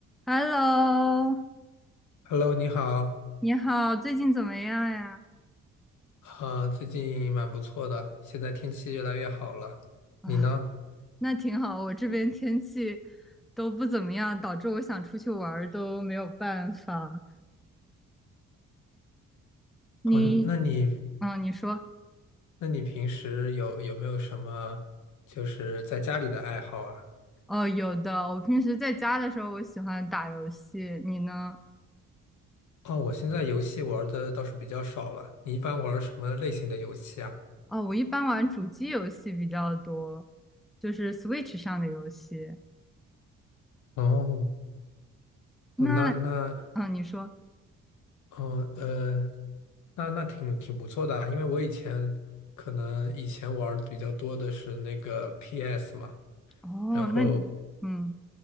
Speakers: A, in the centre; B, on the left.
A: Hello，
B: Hello，你好，
A: 你好，最近怎么样呀？
B: 啊、最近蛮不错的，现在天气越来越好了。
A: 啊，
B: 你呢？
A: 那挺好，我这边天气都不怎么样，导致我想出去玩儿都没有办法。你，
B: 哦，那那你
A: 嗯，你说，
B: 那你平时有有没有什么就是在家里的爱好啊？
A: 哦，有的，我平时在家的时候，我喜欢打游戏，你呢？
B: 哦，我现在游戏玩的倒是比较少了。你一般玩什么类型的游戏啊？
A: 哦，我一般玩主机游戏比较多，就是 Switch 上的游戏。
B: 哦，
A: 那，
B: 哦那那
A: 嗯，你说，
B: 哦呃，那那挺挺不错的啊，因为我以前可能以前玩的比较多的是那个 PS 嘛，
A: 哦，
B: 然后。
A: 那嗯，